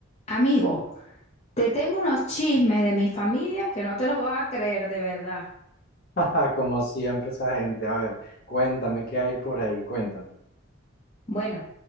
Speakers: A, on the left; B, on the left.
A: Amigo, te tengo unos chismes de mi familia que no te los vas a creer de verdad.
B: <laughs> Como siempre esa gente. A ver, cuéntame qué hay por ahí, cuéntame.
A: Bueno,